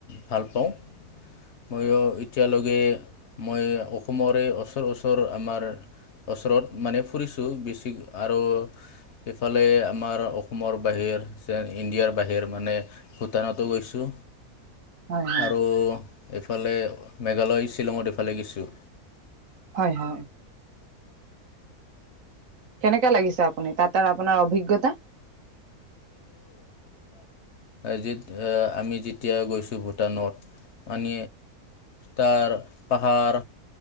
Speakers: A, on the left; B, on the right.
A: ভাল পাওঁ মইয়ো এতিয়ালৈকে মই অসমৰে ওচৰ ওচৰ আমাৰ ওচৰত মানে ফুৰিছোঁ বেছি আৰু সফালে আমাৰ অসমৰ বাহিৰ যে ইণ্ডিয়াৰ বাহিৰ মানে ভূটানতো গৈছোঁ
B: হয় হয়
A: আৰু এইফালে মেঘালয় শ্বিলঙত ইফালে গছুঁ
B: হয় হয়। কেনেকাে লাগিছে আপুনি তাত আৰু আপোনাৰ অভিজ্ঞতা
A: জ আমি যেতিয়া গৈছো ভূটানত আন তাৰ পাহাৰ